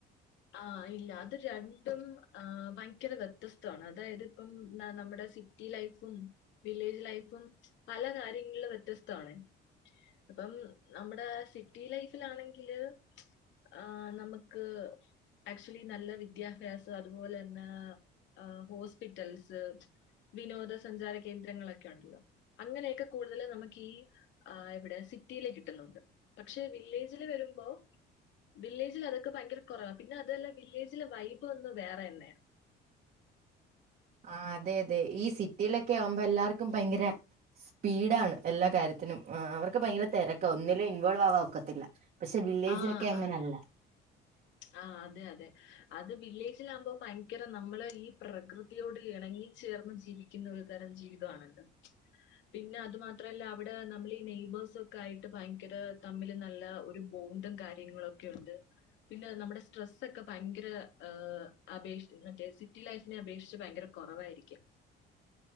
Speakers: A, on the left; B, on the right.
A: ആഹ് ഇല്ല അത് രണ്ടും ആഹ് ഭയങ്കര വ്യത്യസ്തവാണ്. അതായതിപ്പം ന നമ്മുടെ സിറ്റി ലൈഫും വില്ലേജ് ലൈഫും പല കാര്യങ്ങളിലും വ്യത്യസ്തവാണേ. അപ്പം നമ്മുടെ സിറ്റി ലൈഫിലാണെങ്കില് ആ നമ്ക്ക് ആക്ച്ച്വലി നല്ല വിദ്യാഭ്യാസം അതുപോലെന്നെ ഹോസ്പിറ്റൽസ്, വിനോദ സഞ്ചാര കേന്ദ്രങ്ങളൊക്കെ ഉണ്ടല്ലോ അങ്ങനെയൊക്കെ കൂടുതല് നമ്ക്ക് ഈ എവിടെ സിറ്റീല് കിട്ടുന്നുണ്ട്. പക്ഷെ വില്ലേജില് വരുമ്പോ വില്ലേജിൽ അതൊക്കെ ഭയങ്കര കുറവ പിന്നെ അതല്ല വില്ലേജിലെ വൈബ് ഒന്ന് വേറെന്നെയാ.
B: ആ അതെ അതെ. ഈ സിറ്റിയിലൊക്കെ ആകുമ്പോ എല്ലാർക്കും ഭയങ്കര സ്പീഡാണ് എല്ലാ കാര്യത്തിനും. അവർക്ക് ഭയങ്കര തെരക്കാ, ഒന്നിലും ഇൻവോൾവ് ആവാൻ ഒക്കത്തില്ല. പക്ഷെ വില്ലേജിലൊക്കെ
A: ആ
B: അങ്ങനല്ല
A: ആ ആ അതെ അതെ അത് വില്ലേജിൽ ആകുമ്പോ ഭയങ് യങ്കര നമ്മള് ഈ പ്രകൃതിയോട് ഇണങ്ങി ചേർന്ന് ജീവിക്കുന്ന ഒരു തരം ജീവിതമാണല്ലോ? പിന്നെ അത് മാത്രമല്ല അവിടെ നമ്മൾ ഈ നെയ്ബേഴ്സൊക്കെ ആയിട്ട് ഭയങ്കര തമ്മില് നല്ല ഒരു ബോണ്ടും കാര്യങ്ങളും ഒക്കെ ഉണ്ട് പിന്നെ നമ്മുടെ സ്ട്രെസ്സ് ഒക്കെ ഭയങ്കര ഏ അപേക്ഷ മറ്റേ സിറ്റി ലൈഫിനെ അപേക്ഷിച്ച് ഭയങ്കര കുറവായിരിക്കാം